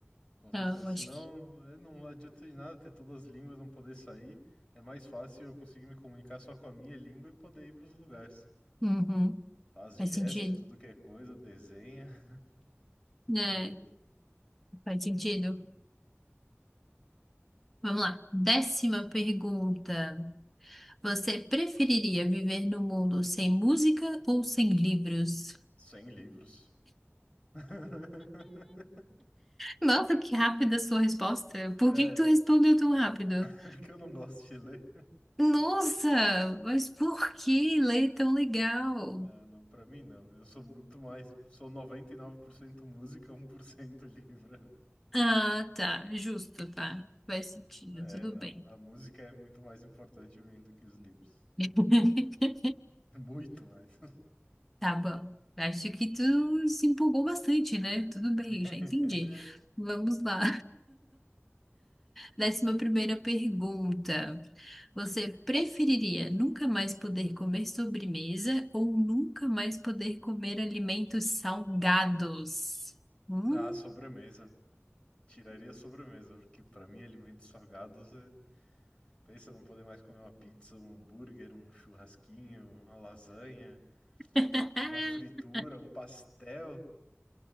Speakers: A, on the left; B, in the centre.
A: Com certeza.
B: Ah, Eu
A: Senão,
B: acho que.
A: é, não adianta de nada ter todas as línguas, não poder sair. É mais fácil eu conseguir me comunicar só com a minha língua e poder ir pros lugares.
B: Uhum.
A: Faz
B: Faz
A: gesto,
B: sentido.
A: tudo que é coisa, desenha, <laughs>
B: né?
A: dá um jeito.
B: faz sentido. Vamos lá. Décima pergunta. Você preferiria viver no mundo sem música ou sem livros?
A: Sem livros. <laughs>
B: Nossa, que rápida a sua resposta. Por
A: É,
B: que que tu respondeu tão rápido?
A: porque eu não gosto de ler.
B: Nossa, mas por que ler tão legal?
A: Não, não, pra mim não. Eu sou muito mais. Sou 99% música, um por cento livro.
B: Ah, tá, justo, tá. Faz sentido,
A: É,
B: tudo
A: não.
B: bem.
A: A música é muito mais importante pra mim do que os livros.
B: <laughs>
A: Muito mais.
B: Tá bom. Acho que tu se empolgou bastante, né? Tudo bem,
A: <laughs>
B: já entendi. Vamos lá. Décima primeira pergunta. Você preferiria nunca mais poder comer sobremesa ou nunca mais poder comer alimentos salgados? Hum?
A: Ah, sobremesa. Tiraria a sobremesa, porque pra mim alimentos salgados é. Pensa não poder mais comer uma pizza, um hambúrguer, um churrasquinho, uma lasanha,
B: <laughs>
A: uma fritura, um pastel.